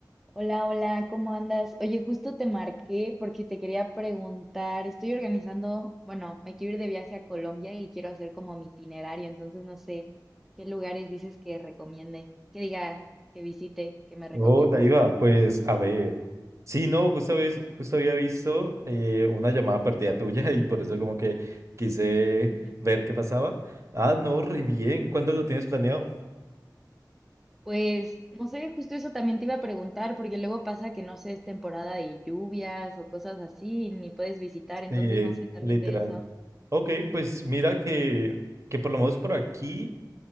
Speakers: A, in the centre; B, on the right.
A: Hola, hola, ¿cómo andas? Oye, justo te marqué porque te quería preguntar, estoy organizando, bueno, me quiero ir de viaje a Colombia y quiero hacer como mi itinerario, entonces no sé qué lugares dices que recomiende, que diga, que visite, que me recomiendes.
B: Hola, Iva. Pues a ver. Sí, no, justo, habéis- justo había visto eh, una llamada perdida tuya <laughs> y por eso como que quise
A: <laughs>
B: ver qué pasaba. Ah, no, re bien. ¿Cuándo lo tienes planeado?
A: Pues, no sé, justo eso también te iba a preguntar, porque luego pasa que no sé, es temporada de lluvias o cosas así, ni puedes visitar, entonces
B: Eh,
A: no sé también
B: literal.
A: de eso.
B: Ok, pues mira que, que por lo menos por aquí,